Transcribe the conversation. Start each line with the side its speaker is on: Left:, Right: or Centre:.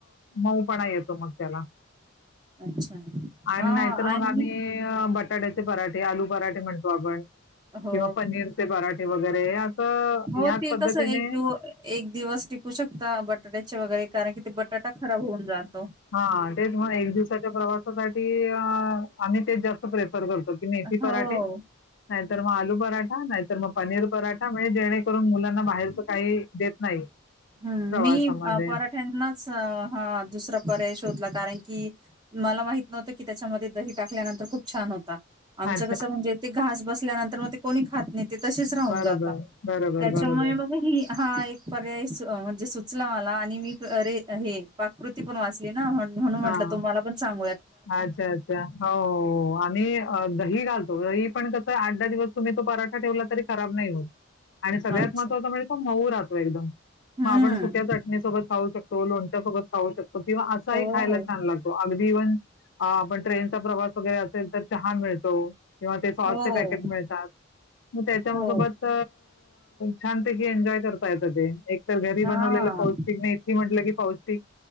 Left: मऊ पणा येतो मग त्याला
Right: अच्छा
Left: आणि
Right: हां
Left: नाहीतर मग
Right: आणि
Left: आम्ही बट पराठ्याचे पराठे आलू पराठे म्हणतो आपण
Right: हो
Left: किंवा पनीरचे पराठे वगैरे असं
Right: हो
Left: ह्याच
Right: ते
Left: पद्धतीने
Right: कस एक दिव एक दिवस टिकू शकता बटाट्याचे वगैरे कारण की ते बटाटा खराब होऊन जात
Left: हा तेच मग एक दिवसाच्या प्रवासासाठी आम्ही तेच जास्त प्रयत् की मेथी
Right: हो
Left: पराठे नाहीतर मग आलू पराठा नाहीतर मग पनीर पराठा म्हणजे जे करून मुलांना बाहेरच काही देत नाही
Right: हम्
Left: प्रवासामध्ये
Right: मी पराठ्यांना हा दुसरा पर्याय शोधला कारण की मला माहित नव्हतं की त्याच्यामध्ये दही टाकल्यानंतर खप छ हो आमच
Left: अच्छा
Right: क म्हणजे घ बसल्यानंतरग को खात ते तसेच राहून
Left: बरोबर
Right: जात
Left: बरोबर
Right: त्याच्यामुळे
Left: बरोबर
Right: मग ह हा एक पर्याय म्हणजेचला मला आणि मी अरे हे पाकृती पण वाचली ना म्ह म्हणून म्हटलं
Left: हां.
Right: तुम्हाला पण चांग
Left: अच्छा अच्छा हो आणि दही घालतो दही पण कस आठ दहा दिवस तुम्ही तो पराठा ठेवला तरी खराब नाही होत आणि सग्यात
Right: अच्छा
Left: महत्वाचा म्हणजे म एक
Right: हम्म
Left: मग आपण सुक्या चटणीसोबत खाऊ शकतो लोणच्या्या सोबत खाऊ शकतो किंवा असा
Right: हो
Left: एक खायला
Right: हो
Left: छान लागतो अगदी इव्हन आपण ट्रेनचा प्रवास वगैरे असेल तर छान मिळतो किंवा ते सॉसचे
Right: हो
Left: पॅकेट मिळतात म त्याच्या
Right: हो
Left: सोबत छानपैकी एन्जॉय करता येत ते एक तरर घरी
Right: हा
Left: बनवलेलं पौष्टिकने इतकी म्हटलं की पौष्टिक